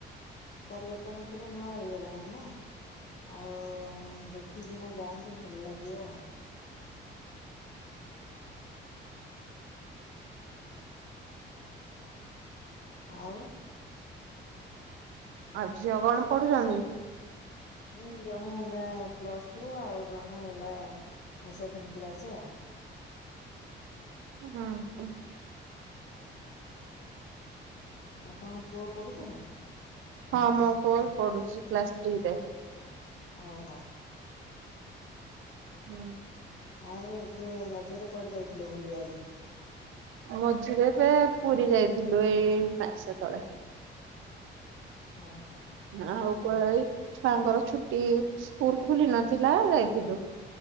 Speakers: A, on the left (about 60°); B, on the right (about 85°).
A: ପରିବର୍ତ୍ତନ ପୁରା ନୂଆ ହେଇଗଲାଣି ନା। ଆଉ ଦେଖିକିନା ଯାଆନ୍ତୁ ଭଲ୍ ଲାଗିବ। ଆଉ
B: ଆଉ ଝିଅ କଣ ପଢୁଛନ୍ତି?
A: ହୁଁ ଜଣେ ହେଲା ପ୍ଲସଟୁ ଆଉ ଜଣେ ହେଲା ସେଭେନ୍ କ୍ଲାସ୍ ଆଉ।
B: ହୁଁ।
A: ଆପଣଙ୍କ ପୁଅ ପଢୁଛି ନା?
B: ହଁ ମୋ ପୁଅ ପଢୁଛି କ୍ଲାସ୍ ଥ୍ରୀ ରେ।
A: ଓହୋ।
B: ହୁଁ।
A: ଆଉ ଏବେ ରଜରେ କୁଆଡେ ଯାଇଥିଲେ ବୁଲିବାକୁ?
B: ମଝିରେ ଏବେ ପୁରୀ ଯାଇଥିଲୁ ଏଇ ମାସେ ତଳେ।
A: ଓହୋ।
B: ଆଉ <unintelligible> ଛୁଆଙ୍କର ଛୁଟି ସ୍କୁଲ୍ ଖୋଲି ନଥିଲା ଯାଇଥିଲୁ।